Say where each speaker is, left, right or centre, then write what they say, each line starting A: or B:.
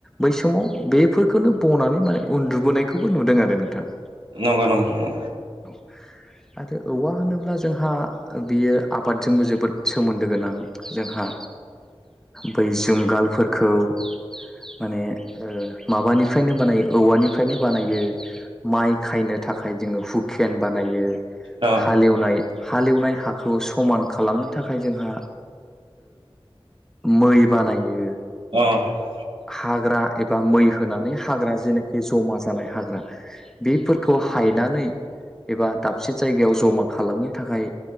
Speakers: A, in the centre; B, on the right.
A: बै समाव बेफोरखौनो बनानै माने उन्दुबोनायखौबो नुदों आरो नोंथां
B: नंगौ नंगौ
A: <inaudible> आरो औवा होनोब्ला जोंहा बियो आबादजोंबो जोबोद सोमोन्दो गोनां जोंहा बै जुंगालफोरखौ माने माबानिफ्रायनो बानायो औवानिफ्रायनो बानायो माइ खायनो थाखाय जोङो हुकेन बानायो
B: औ
A: हालेवनाय हालेवनाय हाखौ समान खालामनो थाखाय जोंहा मै बानायो
B: औ
A: हाग्रा एबा मै होनानै हाग्रा जेनोखि जमा जानाय हाग्रा बेफोरखौ हायनानै एबा दाबसे जायगायाव जमा खालामनो थाखाय